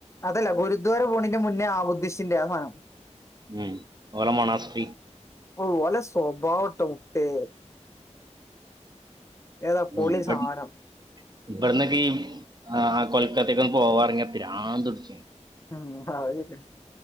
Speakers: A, on the left; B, on the right.
A: അതല്ല ഗുരുദ്വാര പോണിന്റെ മുന്നേ ആ ബുദ്ധിഷ്റ്റിന്റെ ആ സനം
B: ഉം ഓരമോണാസ്കി
A: ഓ വല സ്വഭാവട്ടോ മുത്തേ ഏതാ പൊളി
B: ഉം
A: സാനം
B: ബട്ട് ഇവിടന്നൊക്കെ ഈ ആ ആ കൊൽക്കത്തേക്ക ഒന്ന് പോവാറങ്ങാ പിരാന്ത് തുടിച്ചും
A: ഉ ആട്ട